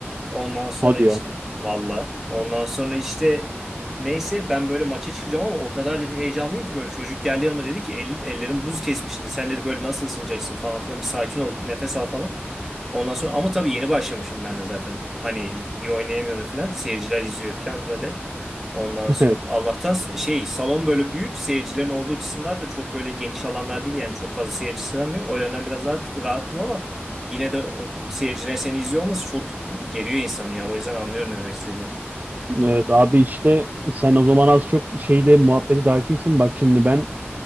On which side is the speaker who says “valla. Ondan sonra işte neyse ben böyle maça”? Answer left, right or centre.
Centre